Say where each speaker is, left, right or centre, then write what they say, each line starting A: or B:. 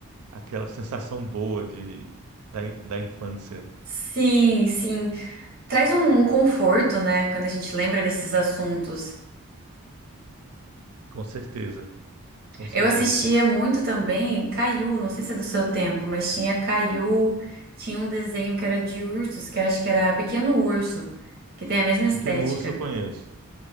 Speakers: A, on the right (about 90°); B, on the right (about 45°).
A: aquela sensação boa de, da, da infância.
B: Sim, sim. Traz um, um conforto, né, quando a gente lembra desses assuntos.
A: Com certeza, com certeza.
B: Eu assistia muito também Caiu, não sei se é do seu tempo, mas tinha Caiu, tinha um desenho que era de ursos, que eu acho que era Pequeno Urso, que tem a mesma estética.
A: Pequeno Urso eu conheço.